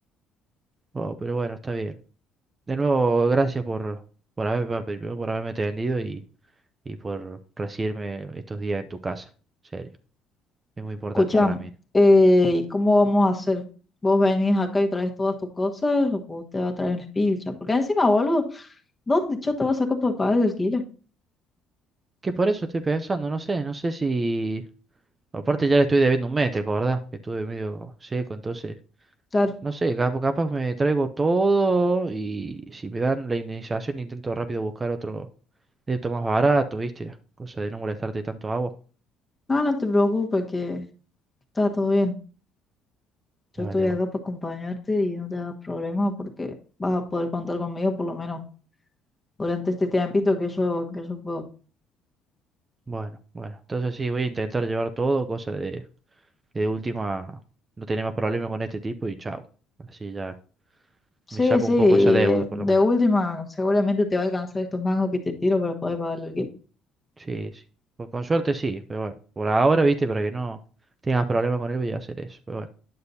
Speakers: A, on the right; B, on the left.
A: oh, pero bueno, está bien. De nuevo, gracias por, por haberme, primero por haberme atendido y, y por recibirme estos días en tu casa. En serio, es muy importante
B: Escuchamos,
A: para mí.
B: ¿y cómo vamos a hacer? ¿Vos venís acá y traes todas tus cosas o vos te vas a traer el pilcha? Porque encima, boludo, ¿dónde yo te vas a sacar para pagar el alquiler?
A: Que por eso estoy pensando, no sé, no sé si... Aparte ya le estoy debiendo un mes, ¿te acordás? Que estuve medio seco, entonces...
B: Claro.
A: No sé, capa capaz me traigo todo y si me dan la indemnización intento rápido buscar otro débito más barato, ¿viste? Cosa de no molestarte tanto a vos.
B: No, no te preocupes que está todo bien. Yo
A: Dale,
B: estoy acá
A: bueno.
B: para acompañarte y no te hagas problema porque vas a poder contar conmigo por lo menos durante este tiempito que yo, que yo puedo.
A: Bueno, bueno. Entonces sí, voy a intentar llevar todo, cosa de, de última, no tener más problemas con este tipo y chao. Así ya
B: Sí,
A: me saco
B: sí,
A: un
B: y
A: poco esa deuda,
B: eh,
A: por
B: de
A: lo menos.
B: última, seguramente te va a alcanzar estos mangos que te tiro para poder pagar el alquiler.
A: Sí, sí. Por- con suerte sí, pero bueno. Por ahora, ¿viste? Para que no tengas problemas con él voy a hacer eso. Pero bueno.